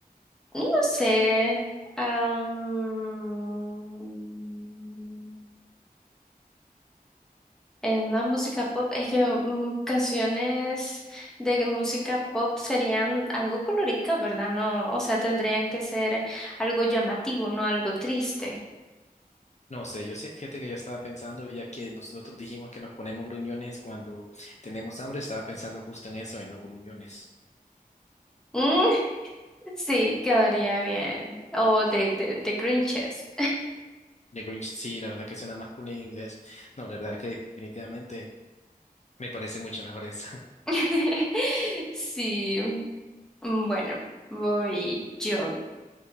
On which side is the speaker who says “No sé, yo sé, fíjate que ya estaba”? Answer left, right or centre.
Left